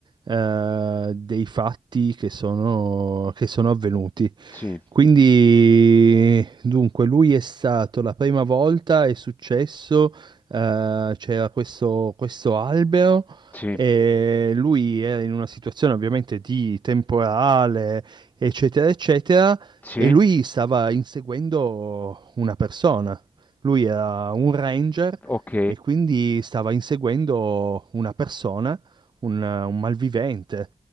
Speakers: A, on the right (about 45°); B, on the left (about 15°).
A: eh, dei fatti che sono, che sono avvenuti.
B: Sì,
A: Quindi, dunque, lui è stato la prima volta, è successo, eh, c'era questo, questo albero
B: sì,
A: e lui era in una situazione ovviamente di temporale, eccetera, eccetera,
B: sì,
A: e lui stava inseguendo una persona. Lui era un ranger
B: ok,
A: e quindi stava inseguendo una persona, un un malvivente